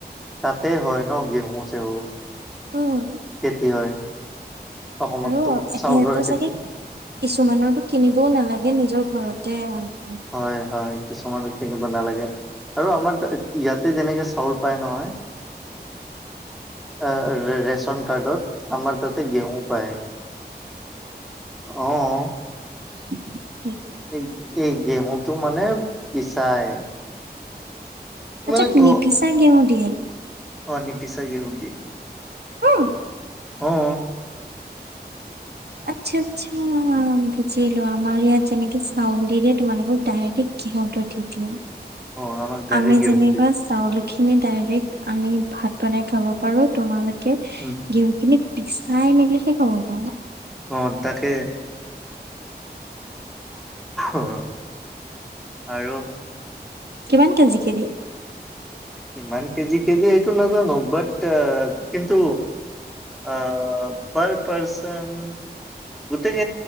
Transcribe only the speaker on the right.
উম
আৰু সিহঁতো
চাগে কিছুমানৰ টো কিনিবও নেলাগে, নিজৰ ঘৰতে হয়
<unintelligible>
আচ্ছা,
নিপিচা ঘেঁহু দিয়ে।
অ
আচ্ছা, আচ্ছা বুজিলো আমাৰ ইয়াত যেনেকে চাউল দি দিয়ে তোমালোকক ডাইৰেক্ট ঘেঁহু টো দি দিয়ে।
আমি
যেনিবা
চাউল খিনি ডাইৰেক্ট আনি ভাত বনাই খাব পাৰোঁ, তোমালোকে
ঘেঁহু খিনি পিছাই মিলে হে খাব পাৰা ন।
কিমান কেজি কে দিয়ে?